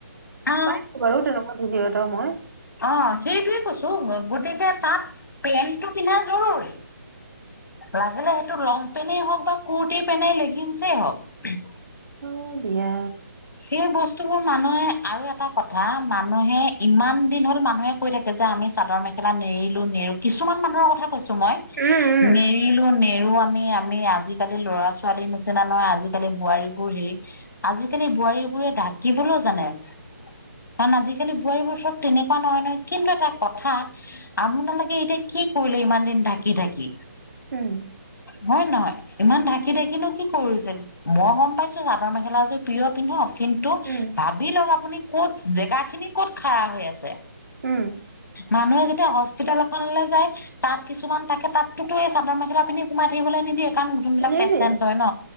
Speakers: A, on the left; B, on the right.
A: অ
B: পাইছো বাৰু তেনেকুৱা ভিডিঅ এটা মই
A: অ সেইটোৱে কৈছো গতিকে তাত পেন্টটো পিন্ধা জৰুৰী। লাগিলে সেইটো লং পেনেই হওঁক বা কুৰ্টিৰ পেণেই লেগিনছেই হওক।
B: হয় দিয়া।
A: সেই বস্তুবোৰ মানুহে আৰু এটা কথা মানুহে ইমান দিন হ'ল মানুহে কৈ থাকে যে আমি চাদৰ মেখেলা নেৰিলো নেৰো কিছুমান মানুহৰ কথা কৈছো মই
B: উম উম
A: নেৰিলোঁ নেৰি নেৰিলো আমি আমি আজিকালি ল'ৰা ছোৱালীৰ নিচিনা নহয় আজিকালি বোৱাৰী বোৰ হেৰি আজি আজিকালি বোৱাৰী বোৰে ঢাকিবলৈও জানে কাৰণ আজিকালি বোৱাৰীবোৰ চব তেনেকুৱা নহয় নহয় কিন্তু এটা কথা আপোনালোকে এতিয়া কি কি কৰিলে ইমান দিন ঢাকি ঢাকি।
B: উম
A: হয় নহয় ইমান ঢাকি ঢাকিনো কি কৰিছে মই গম পাইছো চাদৰ মেখেলাযোৰ। পিন্ধক কিন্তু
B: উম
A: ভাবি লওক আপুনি ক'ত জেগা খিনি কত খাৰা হৈ আছে।
B: উম
A: মানুহে যেতিয়া হস্পিতেল এখনলৈ যায় তাত কিছুমান থাকে তাতোতো এই চাদৰ মেখেলা পিন্ধি সোমাই থাকিবলৈ নিদিয়ে। কাৰণ যোনবিলাক
B: নিদিয়ে
A: পেচেন্ট হয় ন